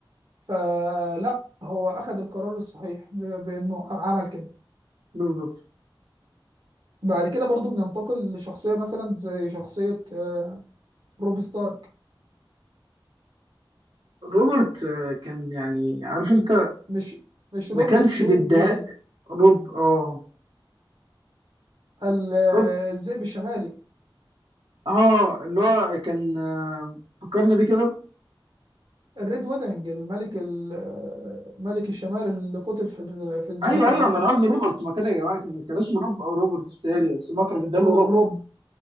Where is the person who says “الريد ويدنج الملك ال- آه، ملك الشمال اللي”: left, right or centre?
Right